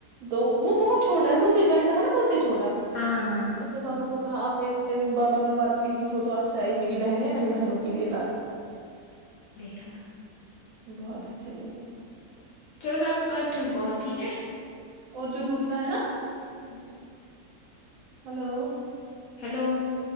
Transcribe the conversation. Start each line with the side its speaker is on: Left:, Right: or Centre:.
Right: دو وہ بہت چھوٹا ہے مجھ سے میں نے کہا نا مجھ سے چھوٹا
Left: ہاں ہاں
Right: اس نے پاپا کو کہا آپ ان باتوں میں مت ہی گھسو تو اچھا ہے میری بہنیں ہے میں نے بہنوں کے لیے لایا
Left: دیکھا
Right: بہت ت چ لے
Left: چلو میں آپ کو کرتی ہوں کال ٹھیک ہے
Right: اور جو دوسرا ہے نا
Left: ہ
Right: ہلو
Left: ہیلو